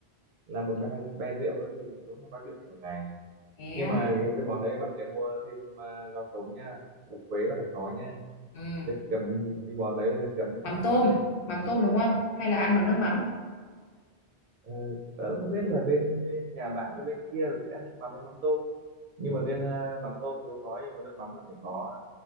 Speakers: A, on the right; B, on the left.
A: làm một be be rượu đó thì cũng nói chuyện cả ngày
B: Thế
A: nhưng
B: á.
A: mà cái, cái món đấy bạn nhớ mua thêm à, rau sống nha lục quế là phải có nha
B: ừ.
A: nước chấm cái món đấy là nước chấm cũng
B: Mắm
A: phải ngon
B: tôm,
A: nha
B: mắm tôm đúng không? Hay là ăn bằng nước mắm?
A: ờ, tớ không biết là bên nhà bạn với bên kia là thích ăn nước mắm hay mắm tôm nhưng mà riêng ờ, mắm tôm thì không nói nhưng mà nước mắm là phải có